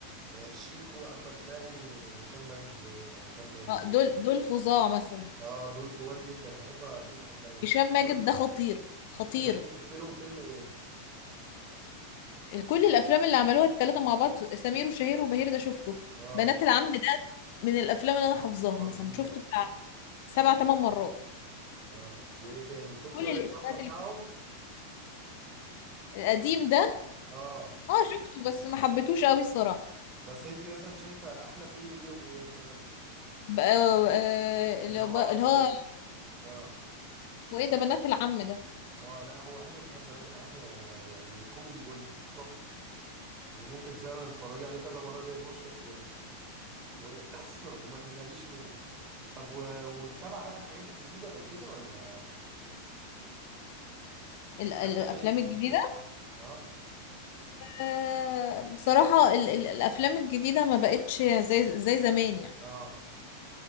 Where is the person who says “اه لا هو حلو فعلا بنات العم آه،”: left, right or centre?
Right